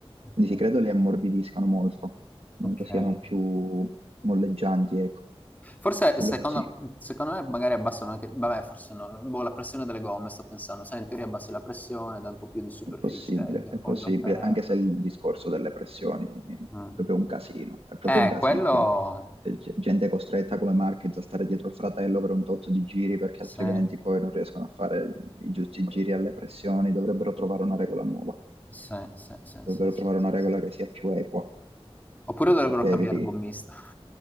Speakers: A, on the left; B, on the right.
A: ok,
B: Quindi sì, credo li ammorbidiscano molto, comunque
A: ok.
B: siano più molleggianti, ecco.
A: Forse
B: Quello
A: secondo,
B: sì.
A: secondo me magari abbassano anche, vabbè, forse no, boh, la pressione delle gomme, sto pensando, sai, in teoria abbassi la pressione, dai un po' più di superficie,
B: È possibile,
A: di appoggio
B: è possibile,
A: a terra.
B: anche se il discorso delle pressioni è
A: Mm.
B: proprio un casino, è proprio
A: Eh,
B: un casino.
A: quello,
B: C'è g- gente costretta come Marquez a stare dietro il fratello per un tot di giri perché
A: sì,
B: altrimenti poi non riescono a fare i giusti giri alle pressioni, dovrebbero trovare una regola nuova,
A: sì, sì, sì,
B: dovrebbero
A: sì, sì, sì,
B: trovare
A: sì.
B: una regola
A: sì.
B: che sia più equa
A: Oppure dovrebbero
B: e che
A: cambiare
B: eviti...
A: gommista.
B: <laughs>